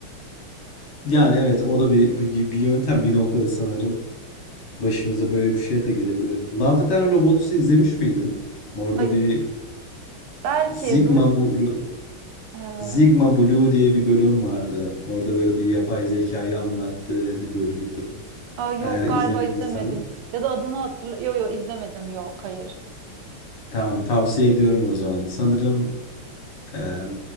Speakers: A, on the left (about 90°); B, on the right (about 85°).
A: Yani evet o da bir, bir, bir yöntem bir noktada sanırım başımıza böyle bir şey de gelebilir. Love Death and Robots'u izlemiş miydin? Orada
B: Ay,
A: bir
B: belki
A: Sigma
B: du
A: Blue
B: Ee,
A: Sigma Blue diye bir bölüm vardı. Orada böyle bir yapay zekayı anlattığı bir bölümdü.
B: aa, yok
A: Eğer izlemediysen
B: galiba izlemedim. Ya da adını hatırla. Yok yok izlemedim. Yok hayır.
A: tamam tavsiye ediyorum o zaman. Sanırım eee